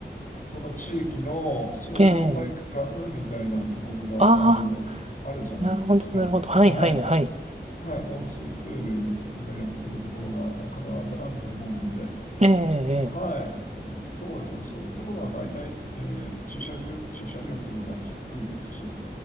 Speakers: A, on the left; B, on the right.
A: その地域の総合体育館みたいなところがあるの、
B: ええ、ああ、
A: あるじゃないですか。
B: なるほど、なるほど。はい、
A: はい。
B: はい、はい。
A: はい。温水プールがやってるところが必ずあると思うので、
B: ええ、ええ
A: はい。そうですね。そういうところは大体、えー駐車料、駐車料金も安いですし、